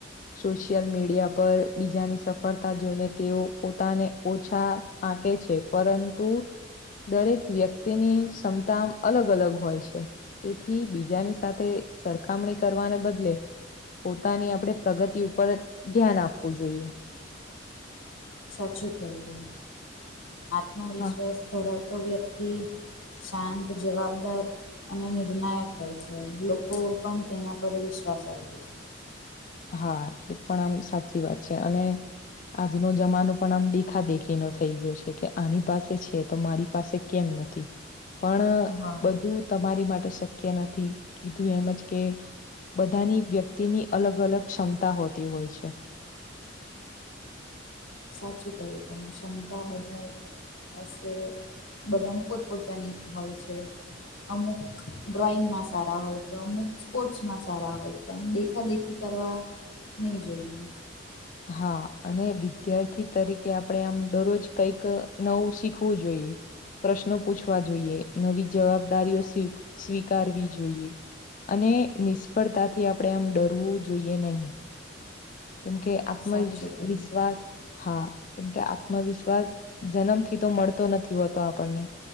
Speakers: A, on the left; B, on the left.
A: સોશિયલ મીડિયા પર બીજાની સફળતા જોઈને તેઓ પોતાને ઓછા આંકે છે પરંતુ દરેક વ્યક્તિની ક્ષમતા અલગ અલગ હોય છે. તેથી બીજાની સાથે સરખામણી કરવાને બદલે પોતાની આપડે પ્રગતિ ઉપર ધ્યાન આપવું જોઈએ.
B: સાચું કહ્યું આત્મવિશ્વાસ
A: હા.
B: ધરાવતો વ્યક્તિ શાંત જવાબદાર અને નિર્ણાયક હોય છે લોકો પણ તેના પર વિશ્વાસ રાખે છે.
A: હા એ પણ આમ સાચી વાત છે અને આજનો જમાનો પણ આમ દેખા દેખીનો થઈ ગયો છે કે આની પાસે છે તો મારી પાસે કેમ નથી. પણ
B: હા.
A: બધું તમારી માટે શક્ય નથી કીધું એમજ કે બધાની વ્યક્તિની અલગ અલગ ક્ષમતા હોતી હોય છે.
B: સાચું કહ્યું તમે ક્ષમતા બધાય પાસે બધાની પોત પોતાની હોય છે. અમુક ડ્રોઈંગમાં સારા હોય તો અમુક સ્પોર્ટ્સમાં સારા હોય. તો આમ દેખા દેખી કરવા નહી જોઈએ.
A: હા અને વિદ્યાર્થી તરીકે આપડે આમ દરરોજ કઈક નવું શીખવું જોઈએ. પ્રશ્નો પૂછવા જોઈએ નવી જવાબદારીઓ સ્વીકારવી જોઈએ. અને નિષ્ફળતાથી આપડે આમ ડરવું જોઈએ નહીં. કેમ કે આત્મવિશ્વાસ
B: સાચું કહ્યું.
A: હા કેમકે આત્મવિશ્વાસ જન્મ થી તો મળતો નથી હોતો આપણને